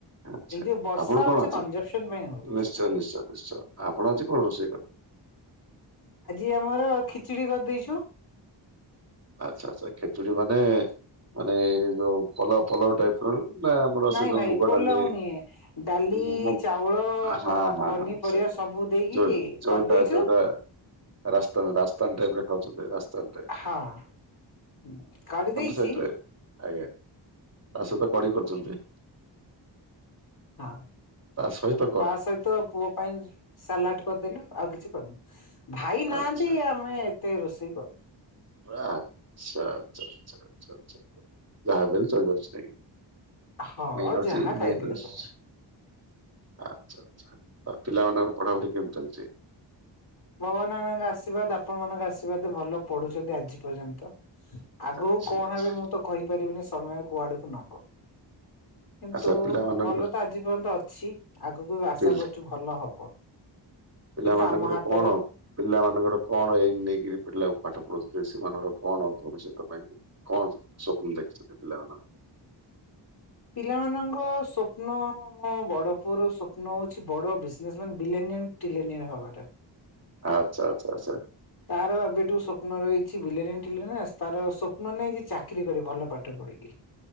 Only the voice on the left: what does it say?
ଏଇ ଯୋଉ ବର୍ଷା
ହଉଛି
କଞ୍ଜପସନ ପାଇଁ ହଉଛି
ଭାଇ।
ଆଜି ଆମର ଖିଚିଡି କରିଦେଇଛୁ
ନାଇଁ
ଭାଇ
ପୋଲାଉ ନୁହେଁ। ଡାଲି
ଚାଉଳ
ପନିପରିବା
ସବୁ ଦେଇକି
କରିଦେଇଛୁ।
ହଁ କାଢ଼ି ଦେଇଛି
ହଁ
ତା ସହିତ ପୁଅ ପାଇଁ ସାଲାଡ କରିଦେଲୁ ଆଉ କିଛି କରିନୁ। ଭାଇ ନାହାନ୍ତି
ଆମେ ଏତେ ରୋଷେଇ କରୁ
ହଁ
ଯାହା ଖାଇଥିଲେ
ଚଳିବ।
ଭଗବାନ ମାନଙ୍କ ଆଶୀର୍ବାଦ ଆପଣ ମାନଙ୍କ ଆଶୀର୍ବାଦ ଭଲ ପଡୁଛନ୍ତି ଆଜି ପର୍ଯ୍ୟନ୍ତ ଆଗକୁ
କଣ
ହେବେ ମୁଁ ତ କହିପାରିବିନି ସମୟ କୁଆଡକୁ ନବ କିନ୍ତୁ
ଭଲ ତ ଆଜି ଆଜି ପର୍ଯ୍ୟନ୍ତ ଅଛି ଆଗକୁ ଆଶା
କରୁଚୁ ଭଲ ହବ
କିନ୍ତୁ ଆମ ହାତ
ପିଲାମାନଙ୍କର ସ୍ୱପ୍ନ ମୋ ବଡ ପୁଅର ସ୍ୱପ୍ନ ହଉଛି ବଡ ବିଜନେସ ମ୍ୟାନ ବିଲେନିୟନ ଟିଲେନିୟନ ହବାଟା।
ତାର ଏବେଠୁ ସ୍ୱପ୍ନ ରହିଛି ବିଲେନିୟନ ଟିଲେନିୟନ ତାର ସ୍ୱପ୍ନ ନାହିଁ ଯେ ଚାକିରି କରିବି ଭଲ ପାଠ ପଢିକି।